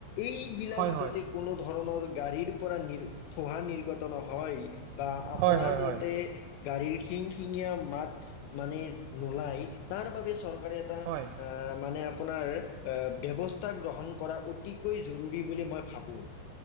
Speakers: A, on the left (about 80°); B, on the right (about 85°).
A: এইবিলাক
B: হয় হয়
A: যাতে কোনো ধৰণৰ গাড়ীৰ পৰা নি থোঁহা নিৰ্গত নহয়। বা আপোনাৰ
B: হয় হয়
A: যাতে গাড়ীৰ খিন ঙ মাত মানে নলাই তাৰ বাবে চৰকাৰে এটা
B: হয়
A: মানে আপোনাৰ ব্যৱস্থা গ্ৰহণ কৰা অতিকৈ জৰুৰী বুলি মই ভাবো।